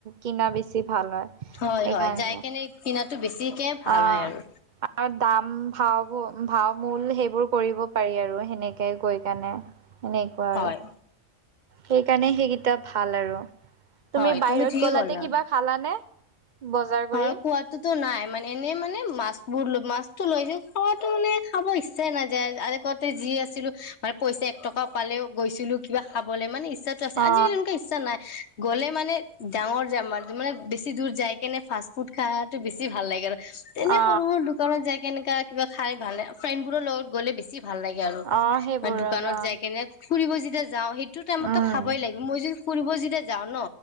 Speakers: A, on the right (about 55°); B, on the left (about 55°).
A: কিনা বেছি ভাল হয়।
B: হয়,
A: সেইকাৰণে
B: হয়, যায় কেনে, কিনাটো বেছিকে ভাল
A: অ
B: হয় আৰু
A: আৰু দাম ভাও ভাও মূল সেইবোৰ কৰিব পাৰি আৰু সেনেকে গৈ কাৰনে সেনেকুৱা আৰু
B: হয়
A: সেইকাৰণে সেইকেইটা ভাল আৰু তুমি
B: হয়
A: বাহিৰত
B: ঠিকে
A: গলাতে
B: ক'লা।
A: কিবা খালানে? বজাৰ কৰি
B: হয়, সোৱাদ। তো নাই মানে, এনেই মানে, মাছবোৰ মাছতো লৈ যে খোৱাটো মানে, খাব ইচ্ছাই নাযায়, আৰে ক'ত যি আছিলো মানে পইচা এক টকা পালেও গৈছিলো কিবা খাবলৈ। মানে ইচ্ছা-
A: অ
B: আজিকালি এনেকে ইচ্ছা নাই, গ'লে মানে ডাঙৰ যাৰ মানে বেছি দূৰ যায়। কেনে ফাষ্ট ফুড খাইটো বেছি ভাল লাগে আৰু তেনে
A: অ
B: সৰু সৰু দুখ- ত <unintelligible> যায় কেনেকা কিবা, খাই ভাল ফ্ৰেণ্ডবোৰৰ লগত গ'লে বেছি ভাল লাগে। আৰু
A: অ সেইবোৰত
B: মানে দোকানত
A: অ
B: যাই কেনে ফুৰিব যেতিয়া যাওঁ, সেইটো টাইমতো
A: উম
B: খাবই লাগিব। মই যদি ফুৰিব যেতিয়া যাওঁ ন